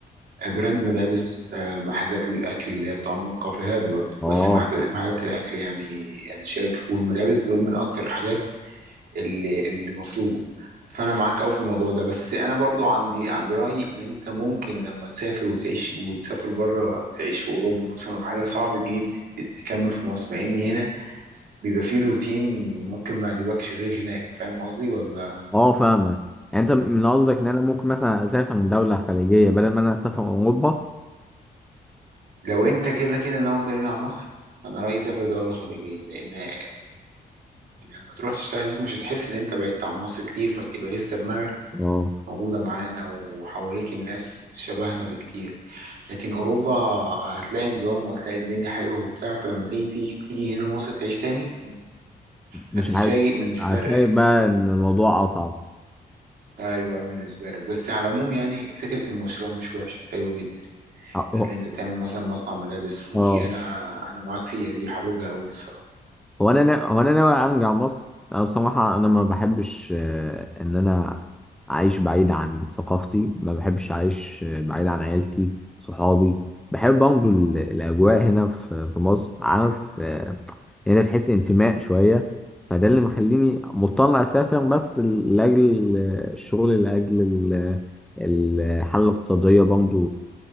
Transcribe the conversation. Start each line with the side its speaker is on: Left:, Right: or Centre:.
Right: براند ملابس آه، محلات الأكل اللي هي الطعام والكافيهات برضه
Centre: اه
Right: بس محت- محلات الأكل يعني أنا شايف والملابس دول من أكتر الحاجات اللي اللي مطلوبه فانا معاك قوي في الموضوع ده بس انا برضو عندي عندي راي ان انت ممكن لما تسافر وتعيش وتسافر بره تعيش في اوروبا مثلا ولا حاجه صعب تيجي ت- ت- تكمل في مصر لان هنا بيبقى فيه روتين ممكن ما يعجبكش غير هناك فاهم قصدي ولا
Centre: اه فاهمك يعني انت من قصدك ان انا ممكن مثلا اسافر من دولة خليجية بدل ما انا اسافر اوروبا
Right: لو انت كده كده ناوي ترجع مصر انا رايي سافر دوله خليجيه لان لما تروح تشتغل هناك مش هتحس ان انت بعدت عن مصر كتير فتبقى لسه دماغك
Centre: اه
Right: موجوده معانا وحواليك الناس شبهنا بكتير لكن اوروبا هتلاقي نظام وهتلاقي الدنيا حلوه وبتاع فلما تيجي تيجي, تيجي هنا مصر تعيش تاني
Centre: مش
Right: هتتفاجئ
Centre: عارف
Right: من الفرق
Centre: عارف بقى
Right: يعني
Centre: ان الموضوع اصعب
Right: ايوه بالنسبه لك بس على العموم يعني فكره المشروع مش وحش حلوه جدا
Centre: اه
Right: اللي انت تعمل مثلا مصنع ملابس ودي
Centre: آه.
Right: انا انا معاك فيها دي حبيبها قوي الصراحه
Centre: هو انا نا... هو انا ناوي ارجع مصر انا بصراحه انا ما بحبش آه، ان انا اعيش بعيد عن ثقافتي ما بحبش اعيش آه، بعيد عن عيلتي صحابي بحب برضه ال- الاجواء هنا في في مصر عارف آه، هنا تحس انتماء شويه فده اللي مخليني مضطر اسافر بس ل- لاجل آه، الشغل لاجل ال- الحاله الاقتصاديه برضه